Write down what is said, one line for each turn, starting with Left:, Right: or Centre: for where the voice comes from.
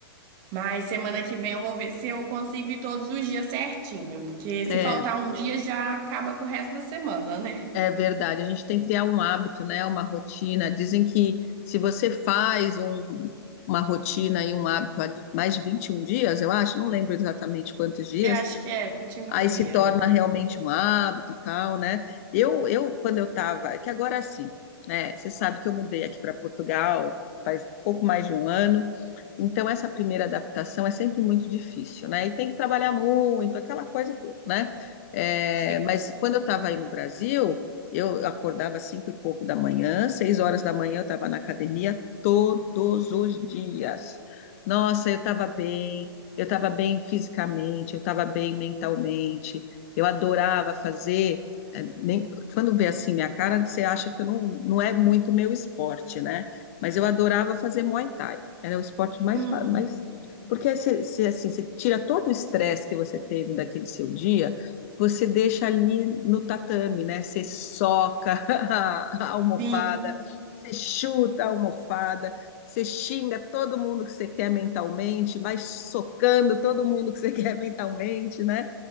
Right: Mas semana que vem eu vou ver se eu consigo ir todos os dias certinho, porque se
Left: É,
Right: faltar um dia já acaba com o resto da semana, né?
Left: é verdade. A gente tem que criar um hábito, né? Uma rotina. Dizem que se você faz um- uma rotina e um hábito há mais de 21 dias, eu acho, não lembro exatamente quantos dias,
Right: Eu acho que é vinte e um
Left: aí
Right: dias.
Left: se torna realmente um hábito, tal, né? Eu, eu quando eu tava, é que agora sim, né? Você sabe que eu mudei aqui para Portugal faz pouco mais de um ano. Então, essa primeira adaptação é sempre muito difícil, né? E tem que trabalhar muito, aquela coisa toda, né? É,
Right: Sim.
Left: mas quando eu estava aí no Brasil, eu acordava às cinco e pouco da manhã, seis horas da manhã eu estava na academia todos os dias. Nossa, eu estava bem, eu estava bem fisicamente, eu estava bem mentalmente, eu adorava fazer. é, nem- quando vê assim minha cara, você acha que eu não, não é muito meu esporte, né? Mas eu adorava fazer Muay Thai. Era o esporte mais,
Right: Hum,
Left: fa- mais... Porque você, você, assim, você tira todo o estresse que você teve daquele seu dia, você deixa ali no tatame, né? Você soca <laughs> a almofada,
Right: sim,
Left: você chuta a almofada, você xinga todo mundo que você quer mentalmente, vai socando todo mundo que você <laughs> quer mentalmente, né?